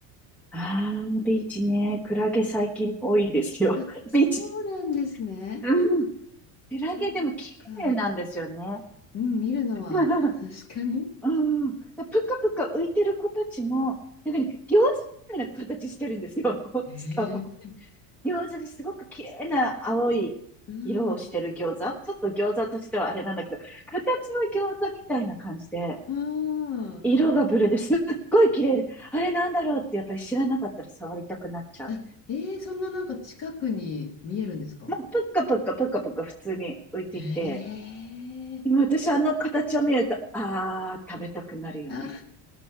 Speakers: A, in the centre; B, on the left.
A: ああ、ビーチね。クラゲ最近多いですよ。
B: うんあ、
A: <laughs>
B: そうなんですね。
A: ビーチ。うんクラゲでも綺麗なんですよね。
B: そうか。うん、見るのは、
A: <laughs>
B: 確かに。
A: うん。でぷかぷか浮いてる子たちも、なんかね、餃子みたいな形してるんですよ。<laughs>
B: ええ。
A: しかも。餃子ですごく綺麗な青い色をしてる餃子。
B: うん。
A: ちょっと餃子としてはあれなんだけど、形は餃子みたいな感じで、
B: ああ、
A: 色がブルーですっごい綺麗で、あれなんだろうってやっぱり知らなかったら触りたくなっちゃう。
B: あ、えーそんななんか近くに見えるんですか
A: まあ、ぷっかぷっかぷっかぷっか普通に浮いていて、
B: ええ
A: でも私あの形を見ると、ああ、食べたくなるよね。
B: ーあ、